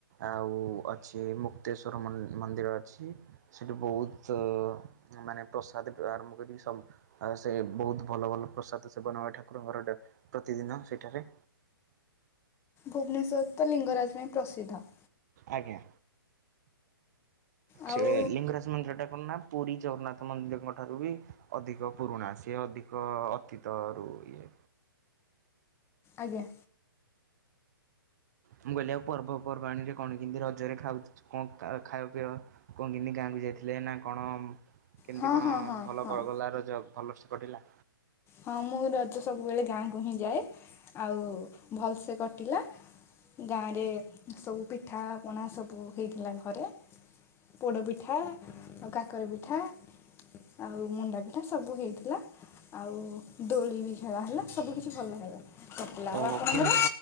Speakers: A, on the right; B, on the left.
A: ଆଉ ଅଛି ମୁକ୍ତେଶ୍ଵର ମନ୍ଦିର ଅଛି। ସେଠୁ ବହୁତ ମାନେ ପ୍ରସାଦ ଠୁ ଆରମ୍ଭ କରିକି ସବୁ ଆଉ ସେ ବହୁତ ଭଲ ଭଲ ପ୍ରସାଦ ସେବନ ଠାକୁରଙ୍କର ଟେ ପ୍ରତିଦିନ ସେଠାରେ।
B: ଭୁବନେଶ୍ଵର ତ ଲିଙ୍ଗରାଜ ପାଇଁ ପ୍ରସିଦ୍ଧ।
A: ଆଜ୍ଞା।
B: ଆଉ
A: ସେ ଲିଙ୍ଗରାଜ ମନ୍ଦିରଟା କଣ ନା ପୁଡ଼ି ଜଗନ୍ନାଥ୍ ମନ୍ଦିଡ଼ଙ୍କ ଠାରୁ ବି ଅଦିକ ପୁରୁଣା ସିଏ ଅଦିକ ଅତୀ ତରୁ ଇଏ।
B: ଆଜ୍ଞା।
A: ମୁଁ କଇଲିି ଆଉ ପର୍ବପର୍ବାଣିରେ କଣ କେମତି ରଜରେ ଖାଉଚ କଁ କା ଖାଅ ପିଆ? କନ କେମତି ଗାଁ କୁ ଯାଇଥିଲେ ନା କଣ? କେମତି
B: ହଁ
A: କଣ
B: ହଁ ହଁ
A: ଭଲ
B: ହଁ।
A: ଗ ଗଲା ରଜ ଭଲ ସେ କଟିଲା?
B: ହଁ ମୁଁ ରଜ ସବୁବେଳେ ଗାଁକୁ ହିଁ ଯାଏ ଆଉ ଭଲସେ କଟିଲା। ଗାଁରେ ସବୁ ପିଠାପଣା ସବୁ ହୋଇଥିଲା ଘରେ। ପୋଡ଼ ପିଠା ଆଉ କାକର ପିଠା ଆଉ ମୁଣ୍ଡା ପିଠା ସବୁ ହେଇଥିଲା। ଆଉ ଦୋଳି ବି ଖେଳା ହେଲା ସବୁ କିଛି ଭଲ ହେଲା କଟିଲା। ଆଉ
A: ଓହୋ
B: ଆପଣଙ୍କର?
A: କେମିତି